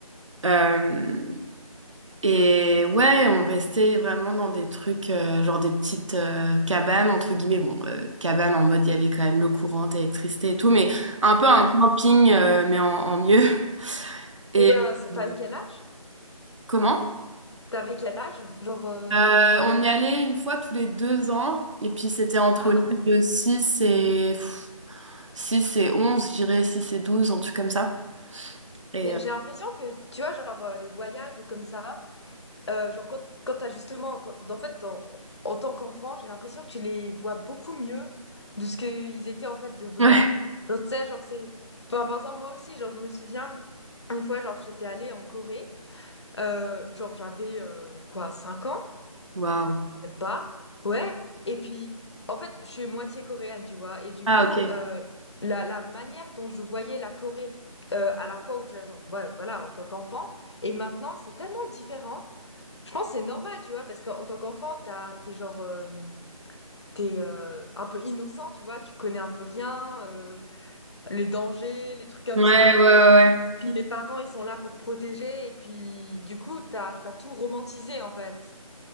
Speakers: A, on the right (about 55°); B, on the left (about 50°).
A: euh, et ouais, on restait vraiment dans des trucs, euh, genre des petites euh, cabanes, entre guillemets, bon, euh, cabanes en mode, il y avait quand même l'eau courante, électricité et tout, mais un peu un
B: Ouais.
A: camping, euh, mais en, en mieux. <laughs>
B: Mais
A: Et...
B: euh, c'est- t'avais
A: euh,
B: quel âge?
A: comment?
B: T'avais quel âge? Genre. euh,
A: Euh, on y allait une fois tous les deux ans, et puis c'était entre
B: Ah.
A: l'âge de 6 et... pff, 6 et onze je dirais 6 et douze un truc comme ça. Et
B: Mais
A: euh,
B: j'ai l'impression que, tu vois, genre euh, les voyages ou comme ça, euh, genre quand, quand t'as justement. Quand, en fait, en, en tant qu'enfant, j'ai l'impression que tu les vois beaucoup mieux de ce qu'ils étaient en fait de vrai.
A: Ouais.
B: Genre, tu sais, genre c'est. Enfin, par exemple, moi aussi, genre, je me souviens, une fois, genre, j'étais allée en Corée. euh, genre, j'avais euh, quoi, Cinq ans?
A: waouh.
B: Même pas. Ouais. Et puis, en fait, je suis moitié coréenne, tu vois. Et du
A: Ah,
B: coup,
A: ok. Ouais,
B: euh, la, la manière dont je voyais la Corée euh, à la fois où j'ai, genre, ouais, voilà, en tant qu'enfant, et maintenant, c'est tellement différent. Je pense que c'est normal, tu vois, parce qu'en en tant qu'enfant, t'as, t'es genre, euh, t'es euh, un peu innocent, tu vois. Tu connais un peu rien, euh, les dangers, les trucs comme
A: ouais,
B: ça.
A: ouais, ouais.
B: Puis les parents, ils sont là pour protéger. Et puis, du coup, t'as, t'as tout romantisé, en fait.